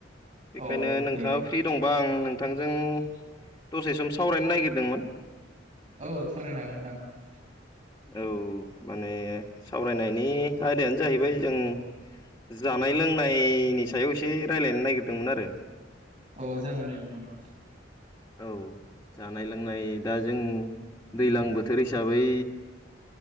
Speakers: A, on the right; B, on the left.
A: अ
B: बेखायनो नोंथाङा
A: दे
B: फ्रि दं बा आं नोंथांजों दसे सम सावरायनो नागिरदोंमोन।
A: औ सावरायनो हागोन नोंथां।
B: औ माने सावरायनायनि आयदायानो जाहैबाय जों जानाय लोंनायनि सायाव एसे रायज्लायनो नागिरदोंमोन आरो।
A: अ जागोन दे नोंथां।
B: औ जानाय लोंनाय दा जों दैलां बोथोर हिसाबै